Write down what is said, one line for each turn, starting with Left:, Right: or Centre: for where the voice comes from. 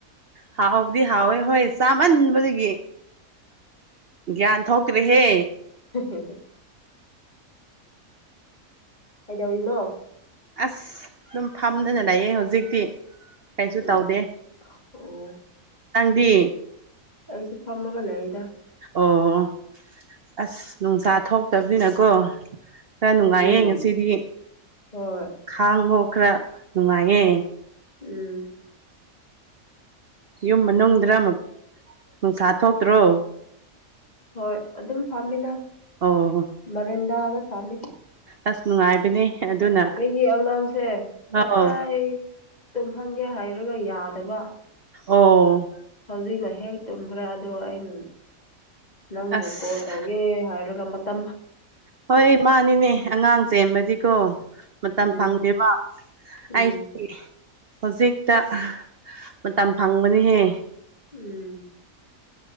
Right: ꯍꯥꯎꯕꯗꯤ ꯍꯥꯎꯋꯦ ꯍꯣꯏ ꯆꯥꯃꯟꯕꯗꯒꯤ ꯒ꯭ꯟ ꯊꯇ꯭꯭ꯔꯔꯤ ꯍꯦ
Left: <unintelligible> ꯀꯩꯗꯧꯔꯤꯅꯣ
Right: ꯑꯁ ꯑꯗꯨꯝ ꯐꯝꯗꯅ ꯂꯩꯌꯦ ꯍꯧꯖꯤꯛꯇꯤ ꯀꯩꯁꯨ
Left: ꯎꯝ
Right: ꯇꯧꯗꯦ
Left: ꯑꯣ
Right: ꯅꯪꯗꯤ
Left: ꯑꯩꯁꯨ ꯐꯃꯒ ꯂꯩꯗ
Right: ꯑꯣ ꯑꯁ ꯅꯨꯡꯁꯥ ꯊꯣꯛꯇꯕꯅꯤꯅꯀꯣ ꯈꯔ ꯅꯨꯡꯉꯥꯏꯌꯦ
Left: ꯎꯝ
Right: ꯉꯁꯤꯗꯤ
Left: ꯍꯣꯏ
Right: ꯈꯥꯡꯕꯣ ꯈꯔ ꯅꯨꯡꯉꯥꯏꯌꯦ
Left: ꯎꯝ
Right: ꯌꯨꯝ ꯃꯅꯨꯡꯗ꯭ꯔ ꯅꯨꯡꯁꯥ ꯊꯣꯛꯇ꯭ꯔꯣ
Left: ꯍꯣꯏ ꯑꯗꯨꯝ ꯐꯥꯝꯃꯤꯅ
Right: ꯑꯣ
Left: ꯃꯔꯦꯟꯗꯥꯒ ꯐꯥꯝꯃꯤ
Right: ꯑꯁ ꯅꯨꯡꯉꯥꯏꯕꯅꯦ ꯑꯗꯨꯅ
Left: ꯑꯩꯒꯤ ꯑꯉꯥꯡꯁꯦ ꯉꯁꯥꯏ
Right: ꯑꯧ
Left: ꯑꯩ ꯇꯨꯝꯍꯟꯒꯦ ꯍꯥꯏꯔꯒ ꯌꯥꯗ ꯐꯠꯇꯕ
Right: ꯑꯣ
Left: ꯍꯧꯖꯤꯛꯅ ꯍꯦꯛ ꯇꯨꯝꯈ꯭ꯔꯦ ꯑꯗꯣ ꯑꯩꯅ ꯅꯪꯕꯨ
Right: ꯑꯁ
Left: ꯀꯣ ꯇꯒꯦ ꯍꯥꯏ꯭ꯔꯒ ꯃꯇ
Right: ꯍꯣꯏ ꯃꯥꯅꯤꯅꯦ ꯑꯉꯥꯡ ꯆꯦꯟꯕꯗꯤꯀꯣ ꯃꯇꯝ
Left: ꯎꯝ
Right: ꯐꯪꯗꯦꯕ
Left: ꯎꯝ
Right: ꯑꯩꯁꯦ ꯍꯧꯖꯤꯛꯇ ꯃꯇꯝ ꯐꯪꯕꯅꯤꯍꯦ <inaudible>
Left: ꯎꯝ